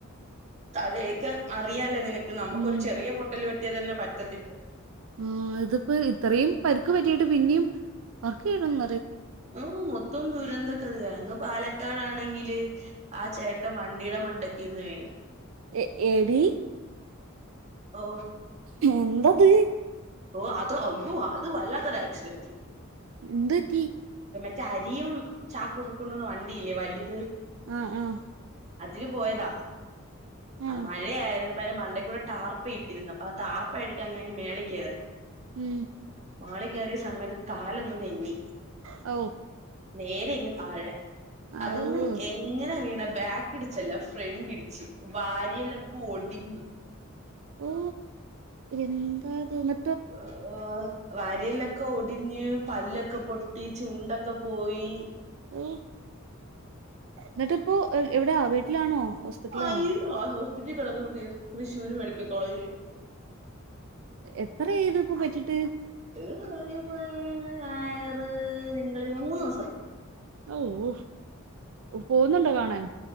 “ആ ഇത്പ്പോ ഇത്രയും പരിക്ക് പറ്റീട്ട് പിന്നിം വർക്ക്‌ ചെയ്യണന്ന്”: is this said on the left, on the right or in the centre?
Right